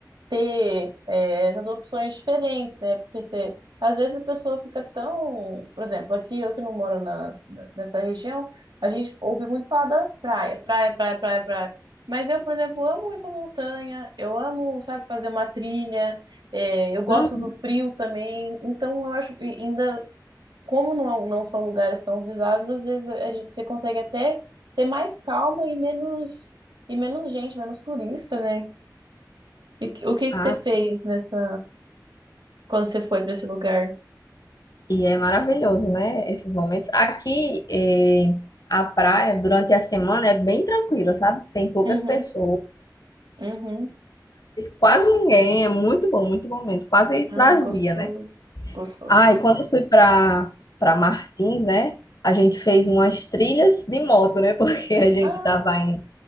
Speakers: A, on the right; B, on the left.
A: ter eh, essas opções diferentes, né? Porque você, às vezes a pessoa fica tão, por exemplo, aqui eu que não moro na, na- nessa região, a gente ouve muito falar das praias, praia, praia, praia, praia. Mas eu, por exemplo, amo ir pra montanha, eu amo, sabe, fazer uma trilha, eh, eu gosto
B: Uhum.
A: do frio também, então eu acho que ainda, como não, é- não são lugares tão visados, às vezes a gente, você consegue até ter mais calma e menos, e menos gente, menos turista, né? E que- o que
B: Ah,
A: que você fez nessa quando você foi pra esse lugar?
B: E é maravilhoso, né? Esses momentos. Aqui, eh, a praia, durante a semana, é bem tranquila, sabe? Tem poucas
A: Uhum,
B: pessoas,
A: uhum.
B: quase ninguém. É muito bom, muito bom mesmo. Quase
A: Ai,
B: vazia,
A: gostoso,
B: né?
A: gostoso.
B: Ah, e quando eu fui para para Martins, né? A gente fez umas trilhas de moto, né? <laughs> Porque a gente
A: Ah,
B: tava indo.